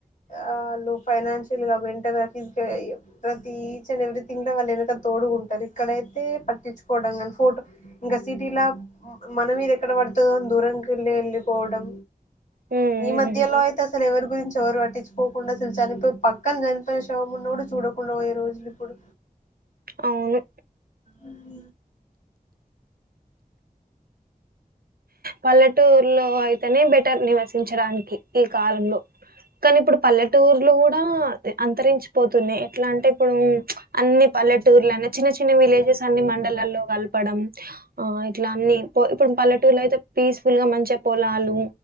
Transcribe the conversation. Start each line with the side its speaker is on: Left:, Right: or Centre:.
Left: ఆ వాళ్ళు ఫైనాన్షియల్ గా మెంటల్గా ఫిజికల్గా ప్రతి ఈచ్ అండ్ ఎవ్రీథింగ్ లో వాళ్ళు వెనక తోడుగుంటరు ఇక్కడయితే పట్టించుకోవడం కానీ ఫోటో ఇంకా సిటీల మనమీద ఎక్కడ పడుతదో అని దురంకెళ్ళి వెళ్ళిపోవడం
Right: హ్మ్.
Left: ఈ మధ్యలో
Right: హ్మ్.
Left: అయితే అసలు ఎవరి గురించి ఎవరు పట్టించుకోకుండా అసలు చనిపోయి పక్కన చనిపోయిన శవం ఉన్న కూడా చూడకుండ పోయే రోజులు ఇప్పుడు
Right: అవును
Left: ఉమ్
Right: పల్లెటూరులో అయితేనే బెటర్ నివసించడానికి ఈ కాలంలో కానీ ఇప్పుడు పల్లెటూర్లు కూడా అంతరించ పోతున్నయి ఎట్లా అంటే ఇప్పుడు అన్ని పల్లెటూర్లన్న చిన్న చిన్న చిన్న విలేజెస్ అన్ని మండలాల్లో కలపడం ఆ ఇట్లా అన్ని ఇప్పుడు పల్లెటూరులో అయితే పీస్ఫుల్గా మంచిగ పొలాలు